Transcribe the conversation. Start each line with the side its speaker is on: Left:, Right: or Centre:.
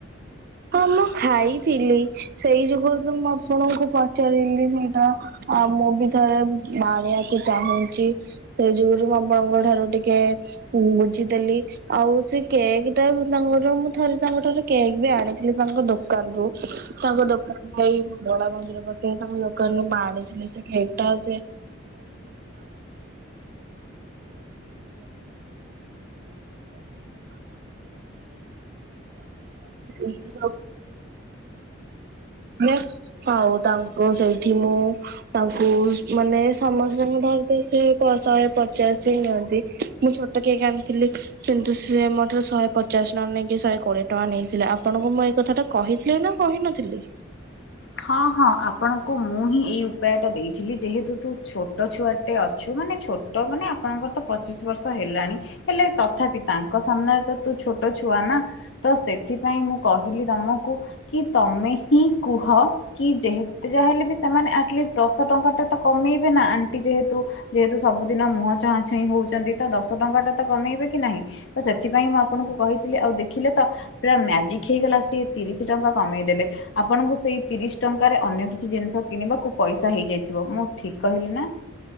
Right: ହଁ ମୁ ଖାଇଥିଲି ସେଇ ଯୁଗରୁ ତ ମୁଁ ଆପଣଙ୍କୁ ପଚାରିଲି ସେଇଟା ଆ ମ ମୁଁ ବି ଥରେ ବାଣିବାକୁ ଚାହୁଁଚି ସେ ଯୁଗରୁ ମୁଁ ଆପଣଙ୍କ ଠାରୁ ଟିକେ ଉ ବୁଝିଦେଲି ଆଉ ସେ କେକ୍ ଟା ତାଙ୍କର ମୁଁ ଥରେ ତାଙ୍କ ଠାରୁ କେକ୍ ବି ଆଣି ଥିଲି ତାଙ୍କ ଦୋକାନରୁୁ ତାଙ୍କ ଦୋକାନ ଭାଇ ଧଳା ମନ୍ଦିର ବସେଇ ତାଙ୍କ ଦୋକାନରୁୁ ପାଣି ଏଟା ସେ କେକ ଟା ସେ ଏ <unintelligible> <unintelligible> <unintelligible> ମଳେ ହଉ ତାଙ୍କୁ ସେଇଠି ମୁଁ ତାଙ୍କୁ ମାନେ ସମସ୍ତଙ୍କୁ ଧର ସେ ପ ଶହେ ପଚାଶ ହେଇ ନିଅନ୍ତି ମୁଁ ଛୋଟ କେକ୍ ଆଣିଥିଲି କିନ୍ତୁ ସେ ମୋଠୁ ଶହେ ପଚାଶ ନ ନେଇକି ଶହେ କୋଡିଏ ଟଙ୍କା ନେଇଥିଲେ ଆପଣଙ୍କୁ ମୁଁ ଏଇ କଥା ଟା କହିଥିଲି ନା କହିନଥିଲି?
Left: ହଁ ହଁ ଆପଣଙ୍କୁ ମୁଁ ହିଁ ଏଇ ଉପାୟ ଟା ଦେଇଥିଲି ଯେହେତୁ କିୁ ତୁ ଛୋଟ ଛୁଆଟେ ଅଛୁ ମାନେ ଛୋଟ ମାନେ ଆପଣଙ୍କର ତ ପଚିଶ ବର୍ଷ ହେଲାଣି ହେଲେ ତଥାପି ତାଙ୍କ ସାମ୍ନାରେ ତ ତୁ ଛୋଟ ଛୁଆ ନା? ତ ସେଥିପାଇଁ ମୁଁ କହିଲି ତମକୁ କି ତମେ ହିଁ କୁହ କି ଯେହେତେ ଯାହା ହେଲେ ବି ସେମାନେ ଆଟଲିଷ୍ଟ ଦଶ ଟଙ୍କା ଟା ତ କମେଇବେ ନା ଆଣ୍ଟି ଯେହେତୁ ଯେହେତୁ ସବୁ ଦିନ ମୁହ ଚାଁହା ଚାହିଁ ହଉଚନ୍ତି ତ ଦଶ ଟଙ୍କା ଟା ତ କମେଇବେ କି ନାହିଁ ତ ସେଥିପାଇଁ ମୁଁ ଆପଣଙ୍କୁ କହି ଆଉ ଦେଖିଲେ ତ ପୁରା ମାଜିକ ହେଇଗଲା ସିଏ ତିରିଶ ଟଙ୍କା କମେଇଦେଲେ ଆପଣଙ୍କୁ ସେଇ ତିରିଶ ଟଙ୍କାରେ ଅନ୍ୟ କିଛି ଜିନିଷ କିଣିବାକୁ ପଇସା ହେଇଯାଇଥିବ ମୁଁ ଠିକ କହିଲି ନା?